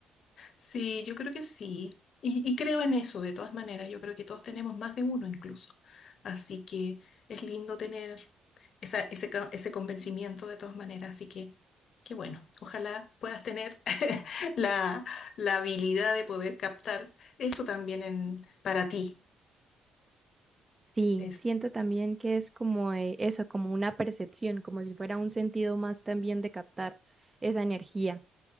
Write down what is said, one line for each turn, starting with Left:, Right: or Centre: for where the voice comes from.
Left: Sí, yo creo que sí. Y, y creo en eso, de todas maneras. Yo creo que todos tenemos más de uno incluso. Así que es lindo tener esa- ese, co- ese convencimiento de todas maneras. Así que, qué bueno. Ojalá puedas tener <laughs> la, la habilidad de poder captar eso también en, para ti.
Right: Sí,
Left: Les-
Right: siento también que es como eh, eso, como una percepción, como si fuera un sentido más también de captar esa energía.